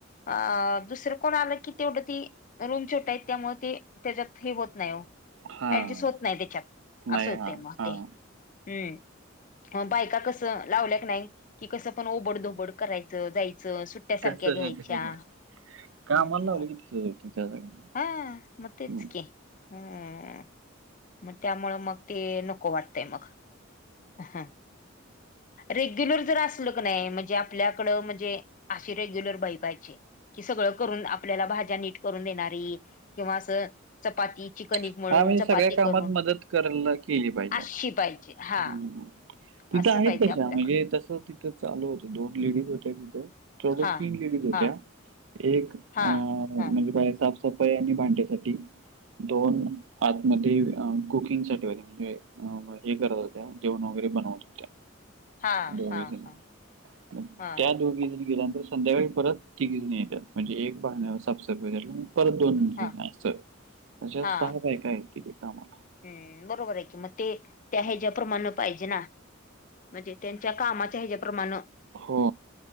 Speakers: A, on the left; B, on the right.
A: अ. दुसरं कोण आलं की तेवढं ती रूम छोटा आहेत त्यामुळे ते त्याच्यात फ्री होत नाही.
B: हां.
A: ऍडजस्ट होत नाही त्याच्यात.
B: नाही.
A: असं होतय
B: हां,
A: म
B: हां.
A: ते. हं, म बायका कस लावल्याक नाही कि कस पण ओबड- धोबड करायचं, जायचं, सुट्ट्या सारख्या
B: तसंच
A: घ्यायच्या.
B: आहे, तसंच आहे. कामाला
A: हं
B: लावलं
A: मग.
B: की तसंच होतं त्याचं काय
A: हा मग तेच
B: हं,
A: की. हं, मग त्यामुळ मग ते नको वाटतंय मग. हं. रेग्युलर जर असल की नाही म्हणजे आपल्याकडं म्हणजे अशी रेग्युलर बाई पायजे. कि सगळं करून आपल्याला भाज्या नीट करून देणारी, किंवा असं चपाती चिकनिक
B: हा
A: मळून
B: म्हणजे
A: चपाती
B: सगळ्या कामात
A: करून
B: मदत करला केली पाहिजे
A: अशी
B: असं.
A: पाहिजे हा
B: तिथं
A: असं
B: आहेत
A: पाहिजे
B: तशा,
A: आपल्याकडं
B: म्हणजे तस तिथं चालू होतं दोन लेडीज होत्या तिथं. तेवढं
A: हा
B: तीन लेडीज होत्या.
A: हा
B: एक अं
A: हा हा
B: म्हणजे बाहेर साफ-सफाई आणि भांड्यासाठी, दोन आतमध्ये कुकिंग साठी होत्या. म्हणजे अं हे करत होत्या, जेवण वगैरे बनवत होत्या.
A: हा
B: दोघीजणी,
A: हा हा हा
B: त्या दोघेजनी गेल्यानंतर संध्याकाळी परत तिघी जणी येतात. म्हणजे एक भांड, साफ -सफाई परत दोन जणी
A: हा
B: असतात. अशा
A: हा
B: सहा बायका आहेत तिथे कामला.
A: हम्म. बरोबर आहे की म ते त्या ह्याच्या प्रमाणे पाहिजे ना म्हणजे त्यांच्या कामाच्या हेच्या प्रमाण
B: हो